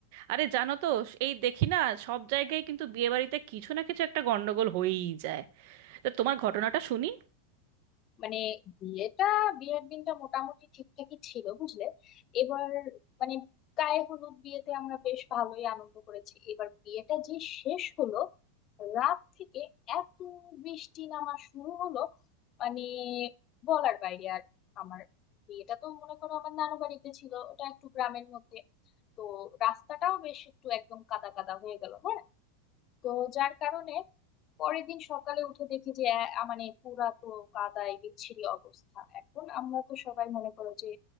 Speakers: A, on the right (about 60°); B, on the left (about 40°).
A: আরে জানো তো এই দেখি না সব জায়গায় কিন্তু বিয়ে বাড়িতে কিছু না কিছু একটা গন্ডগোল হয়েই যায় তা তোমার ঘটনাটা শুনি
B: মানে বিয়েটা বিয়ের দিনটা মোটামুটি ঠিকঠাকই ছিল বুঝলে এবার মানে গায়ে হলুদ বিয়েতে আমরা বেশ ভালোই আনন্দ করেছি এবার বিয়েটা যে শেষ হলো রাত থেকে এত বৃষ্টি নামা শুরু হলো মানে বলার বাইরে আর আমার বিয়েটা তো মনে করো আমার নানু বাড়িতে ছিল ওটা একটু গ্রামের মধ্যে তো রাস্তাটাও বেশ একটু একদম কাদা কাদা হয়ে গেল হ্যাঁ? তো যার কারণে পরের দিন সকালে উঠে দেখি যে আহ, মানে পুরা তো কাদায় বিচ্ছিরি অবস্থা এখন আমরা তো সবাই মনে করো যে